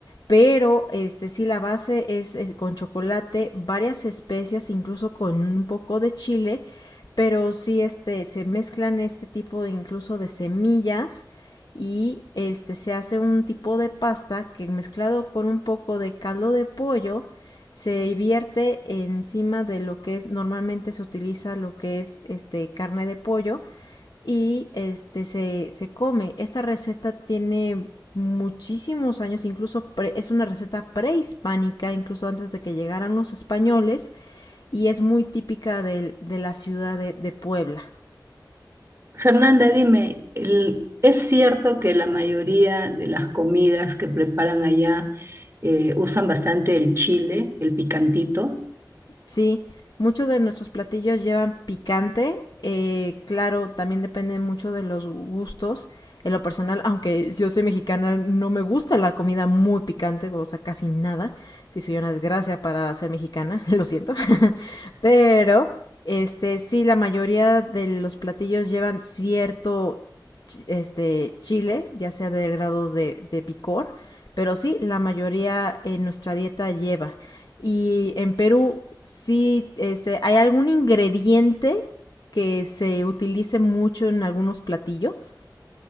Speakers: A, on the left (about 65°); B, on the right (about 35°).
A: pero este sí la base es, es, con chocolate varias especias incluso con un poco de chile pero sí este se mezclan este tipo de, incluso de semillas y este se hace un tipo de pasta que mezclado con un poco de caldo de pollo se vierte encima de lo que es normalmente se utiliza lo que es este carne de pollo y este se, se come. Esta receta tiene muchísimos años, incluso pre- es una receta prehispánica, incluso antes de que llegaran los españoles, y es muy típica de de, la ciudad de, de Puebla.
B: Fernanda, dime, el- ¿es cierto que la mayoría de las comidas que preparan allá eh, usan bastante el chile, el picantito?
A: Sí, muchos de nuestros platillos llevan picante. eh, claro, también depende mucho de los gustos. En lo personal, aunque yo soy mexicana, no me gusta la comida muy picante, o sea, casi nada. Sí, soy una desgracia para ser mexicana, <laughs> lo siento. <laughs> Pero, este, sí, la mayoría de los platillos llevan cierto, chi- este, chile, ya sea de grados de, de picor. Pero sí, la mayoría en nuestra dieta lleva. Y en Perú, sí, este, ¿hay algún ingrediente que se utilice mucho en algunos platillos?